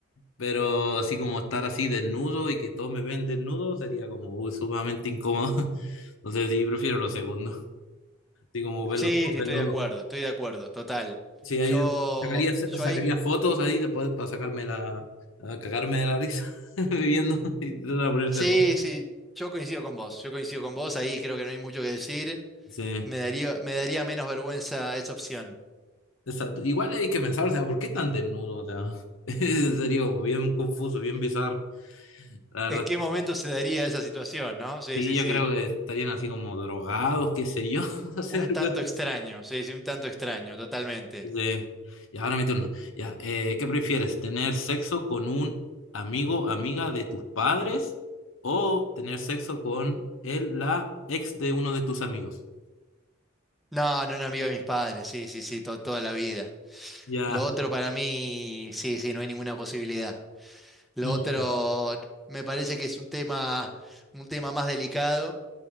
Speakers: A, on the left; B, in the centre.
A: Pero así como estar así desnudo y que todos me ven desnudo sería como uy, sumamente incómodo. <laughs> Entonces sí, prefiero lo segundo. Así como verlos
B: Sí,
A: todos
B: sí, estoy
A: desnudos.
B: de acuerdo, estoy de acuerdo, total.
A: Sí, ahí
B: Yo,
A: sacaría, sacaría
B: yo ahí,
A: fotos ahí después para sacarme la, a cagarme de la risa <laughs> viviendo y tratar de ponerse
B: sí,
A: rojo.
B: sí, yo coincido con vos, yo coincido con vos, ahí creo que no hay mucho que decir.
A: Sí.
B: Me daría, me daría menos vergüenza esa opción.
A: Exacto. Igual hay que pensar, o sea, ¿por qué tan desnudo? O sea, <laughs> sería como bien confuso, bien bizarro, la verdad.
B: ¿En qué momento se daría esa situación, no? Sí,
A: Sí,
B: sí,
A: yo
B: sí.
A: creo que estarían así como drogados, qué sé yo, <laughs> o sea,
B: Un
A: algo
B: tanto
A: así.
B: extraño, sí, sí, un tanto extraño, totalmente.
A: Sí. Y ahora mi turno. Ya, eh, ¿qué prefieres? ¿Tener sexo con un amigo, amiga de tus padres o tener sexo con él, la ex de uno de tus amigos?
B: No, no, un amigo de mis padres, sí, sí, sí, to- toda la vida.
A: Ya.
B: Lo otro para mí, sí, sí, no hay ninguna posibilidad. Lo
A: Mm,
B: otro me parece que es un tema, un tema más delicado.